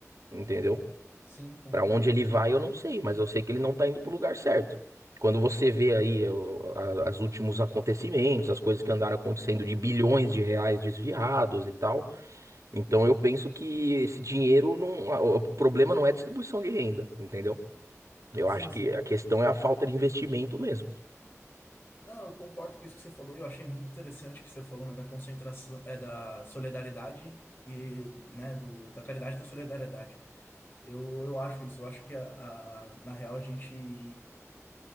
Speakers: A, on the right; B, on the left.
A: entendeu?
B: sim, concordo.
A: Pra onde ele vai, eu não sei, mas eu sei que ele não tá indo pro lugar certo. Quando você vê aí o- a- as últimos acontecimentos, as coisas que andaram acontecendo de bilhões de reais desviados e tal, então eu penso que esse dinheiro não, a- o problema não é a distribuição de renda, entendeu? Eu
B: Sim,
A: acho que
B: sim.
A: a questão é a falta de investimento mesmo.
B: Não, eu concordo com isso que você falou. Eu achei muito interessante o que você falou, né, da concentração, é, da solidariedade e, né, do, da caridade e da solidariedade. Eu, eu acho isso. Eu acho que, a, a- na real, a gente